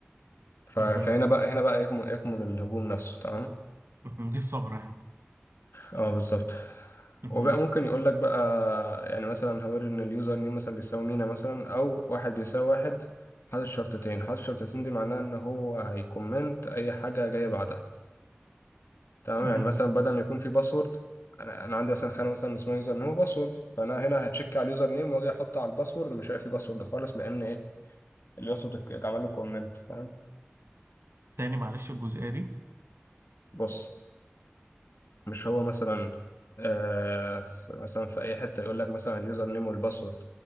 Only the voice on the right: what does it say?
مهم.
مهم. دي الثغره يعني
مهم.
مهم.
تاني معلش الجزئيه دي